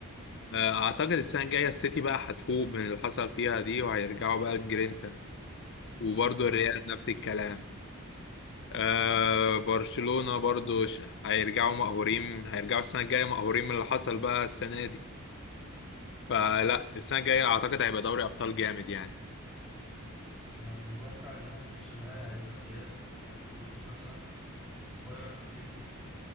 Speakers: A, on the left; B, in the centre.
A: آه، اعتقد السنه الجايه السيتي بقى هتفوق من اللي حصل فيها دي وهيرجعوا بقى الجرينتا وبرضه
B: صح
A: الريال نفس الكلام آه برشلونه برضه ش- هيرجعوا مقهورين هيرجعوا السنه الجايه مقهورين من اللي حصل بقى السنه دي فلا السنه الجايه اعتقد هيبقى دوري ابطال جامد يعني
B: أنا متوقع إن هو في نص النهائي هيبقى الريال برشلونة مثلا بايرن سيتي